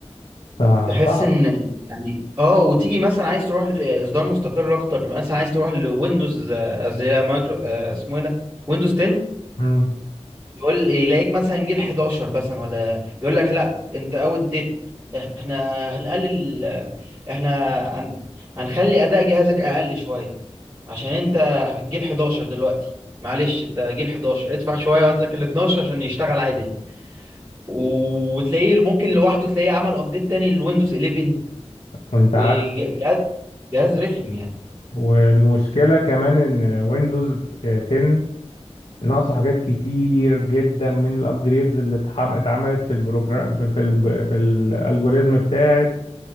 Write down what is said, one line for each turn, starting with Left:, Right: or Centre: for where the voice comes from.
Left: فصعب
Right: تحس ان يعني اه وتيجي مثلا عايز تروح لاصدار مستقر اكتر مثلا عايز تروح لويندوز آه، قصدي لا، مايكرو آه، اسمه ايه ده ويندوز 10
Left: امم
Right: يقول يلاقيك مثلا جيل 11 مثلا ولا يقول لك لا انت اوت ديت احنا هنقلل احنا هن... هنخلي اداء جهازك اقل شويه عشان انت جيل 11 دلوقتي معلش انت جيل 11 ادفع شويه وهات لك ال 12 عشان يشتغل عادل و- وتلاقيه ممكن لوحده تلاقيه عمل ابديت تاني للويندوز 11
Left: وانت
Right: وجهاز
Left: عارف
Right: جهاز رخم يعني
Left: والمشكله كمان ان ويندوز 10 ناقصه حاجات كتير جدا من الابجريدز اللي اتحم- اتعملت في البروجرام في ال في الالجوريزم بتاعه